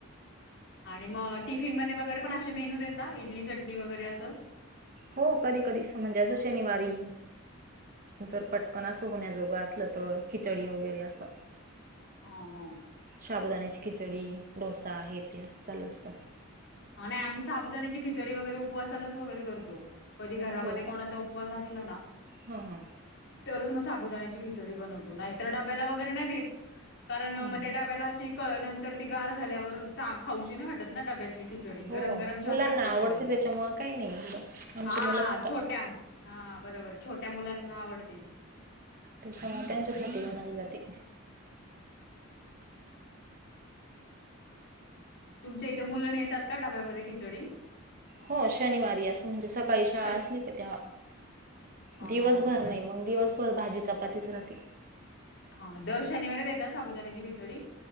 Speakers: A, on the left; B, on the right.
A: आणि मग टिफिन मध्ये वगैरे पण असे मेनू देता इडली चटणी वगैरे असं.
B: हो कधी कधी म्हणजेचं शनिवारी जर पटकन असं होण्याजोगं असलं तर खिचडी वगैरे असं.
A: हा! हा!
B: शाबूदाण्याची खिचडी, डोसा हे ते असं चालू असतं.
A: नाही आम्ही साबुदाण्याची खिचडी वगैरे उपवासालाच वगैरे करतो कधी घरामध्ये
B: हो का?
A: कोणाचा उपवास असे ला ना
B: हा हा.
A: तरच मग साबुदाण्याची खिचडी बनवतो नाही तर डब्याला वगैरे नाही देत. कारण
B: हा
A: मग त्या डब्याला अशी कळ नंतर ती गार झाल्यावर चां खाऊशी नाही वाटत ना डब्यातली खिचडी
B: हो
A: गरम गरम छान
B: मुलांना
A: वाटते
B: आवडते
A: खायला.
B: त्याच्यामुळं काही नाही एवढं आमची
A: हा
B: मुलं खाता
A: छोट्या हा बरोबर छोट्या मुलांना आवडती.
B: ते त्यांच्यासाठी मनानं जाती.
A: तुमच्या इथे मुलंना नेतात का डाब्यामध्ये खिचडी?
B: हो शनिवारी असं म्हणजे सकाळी शाळा
A: श
B: असली का त्या
A: हा
B: दिवसभर
A: हा हा म्हण
B: नाही मग दिवसभर भाजी चपातीच राहते.
A: हा दर शनिवारीच देता साबुदाण्याची खिचडी?